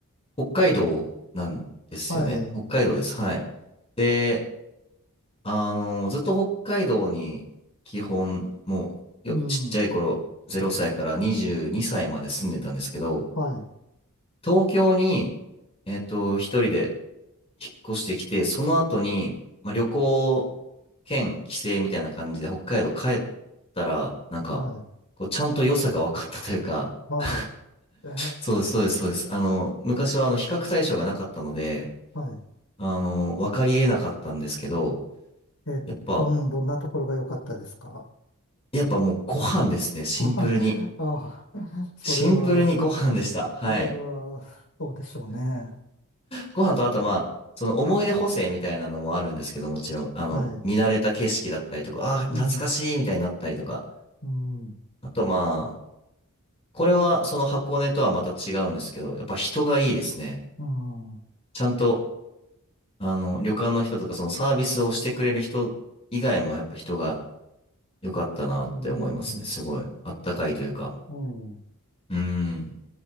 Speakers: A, on the left; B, on the left.
A: 北海道なんですよね。
B: はい、
A: 北海道です。はい。で、あの、ずっと北海道に、基本、もう、よ、
B: うん、
A: ちっちゃい頃、0歳から22歳まで住んでたんですけど、
B: はい、
A: 東京に、えっと、一人で、引っ越してきて、その後に、まあ、旅行兼帰省みたいな感じで北海道帰ったら、なんか、
B: はい、
A: こうちゃんと良さが分かったというか
B: はい、
A: <laughs>
B: え、
A: そうです、そうです、そうです。あの、昔はあの比較対象がなかったので、
B: はい、
A: あの、分かり得なかったんですけど、
B: え、
A: やっぱ、
B: どん、どんなところが良かったですか
A: やっぱもうご飯ですね、
B: <laughs>
A: シンプルに。
B: ご飯、<laughs> ああ、それは、
A: シンプルにご飯でした。はい。
B: それは、そうでしょうね。
A: ご飯とあとまあ、その思い出補正みたいなのもあるんですけど、もちろん、あの、
B: はい、
A: 見慣れた景色だったりとか、ああー、懐かしいみたいになったりとか、
B: うん、うん、
A: あとまあ、これはその箱根とはまた違うんですけど、やっぱ人がいいですね。
B: うん、
A: ちゃんと、あの、旅館の人とかそのサービスをしてくれる人以外もやっぱ人が良かったなって思いますね。
B: うん、
A: すごい、あったかいというか。
B: うん
A: うん。